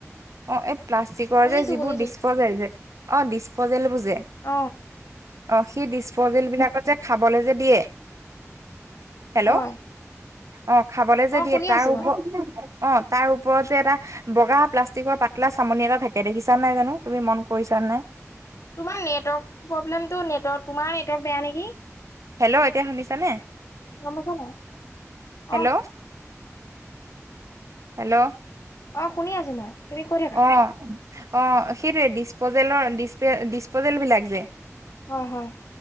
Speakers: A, on the right (about 70°); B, on the left (about 70°).
A: অ এই প্লাষ্টিকৰ
B: শুনিছো
A: যে যিবোৰ
B: শুনিছো
A: ডিচপজেল যে অ ডিচপজেল বোৰ যে-
B: অ
A: অ' সেই ডিচপজেল বিলাকত যে খাবলৈ যে দিয়ে হেল্ল',
B: হয়
A: অ' খাবলে যে
B: অ
A: দিয়ে
B: শুনি
A: তাৰ
B: আছো
A: ওপৰত
B: মই
A: অ তাৰ ওপৰত যে এটা - বগা প্লাষ্টিকৰ পাতলা চামনি এটা থাকে দেখিছা নাই জানো তুমি মন কৰিছা নাই -
B: তোমাৰ নেটৱৰ্ক প্ৰব্লেমটো নেটৰ তোমাৰ নেটৱৰ্ক বেয়া নেকি?
A: হেল্ল' এতিয়া শুনিছানে
B: গম পাইছা নাই
A: হেল্ল,
B: অ
A: হেল্ল'
B: অ', শুনি আছোঁ মই। তুমি কৈ থাকা
A: অহ, অহ, সেইটোৱে। ডিছপ'জেলৰ, ডিছপে-ডিছপ'জেলবিলাক যে।
B: হয়, হয়।